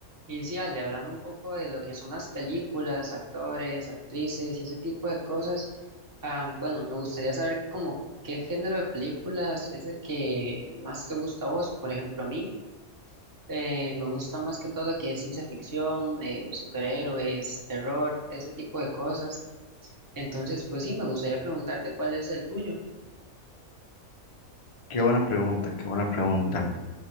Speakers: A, on the right (about 15°); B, on the left (about 50°).
A: Y sí, Ale, hablando un poco de lo que son las películas, actores, actrices y ese tipo de cosas, ah, bueno, me gustaría saber como qué género de películas es el que más te gusta a vos. Por ejemplo, a mí eh, me gusta más que todo lo que es ciencia ficción, eh, superhéroes, terror, ese tipo de cosas. Entonces, pues sí, me gustaría preguntarte cuál es el tuyo.
B: Qué buena pregunta, qué buena pregunta.